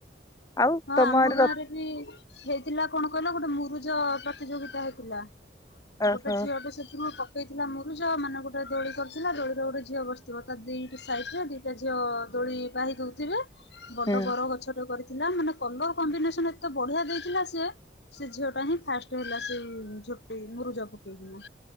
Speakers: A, on the left; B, on the left.
A: ଆଉ
B: ହଁ
A: ତମ
B: ଆମ
A: ଆଡେ
B: ଗାଁ
A: ର
B: ରେ ବି ହେଇଥିଲା କଣ କହିଲ ଗୋଟେ ମୁରୁଜ ପ୍ରତିଯୋଗିତା ହେଇଥିଲା।
A: ଓହୋ
B: ଗୋଟେ ଝିଅ ଟେ ସେଠରୁ ହେଇଥିଲା ମୁରୁଜ ମାନେ ଗୋଟେ ଦୋଳି କରିଥିଲା ଦୋଳିରେ ଗୋଟେ ଝିଅ ବସିଥିବ ତା ଦି ଟି ସାଇଟ୍ ରେ ଦି ସେ ଝିଅ ଦୋଳି ପାହି ଦଉଥିବେ ବଡ
A: ହୁଁ।
B: ବର ଗଛ ଟେ କରିଥିଲା ମାନେ କଲର କମ୍ବିନେସନ ଏତେ ବଢିଆ ଦେଇଥିଲା ସେ ସେ ଝିଅ ଟା ହିଁ ଫାଷ୍ଟ ହେଲା ସେ ଝୋଟି ମୁରୁଜା ପକେଇକିନା।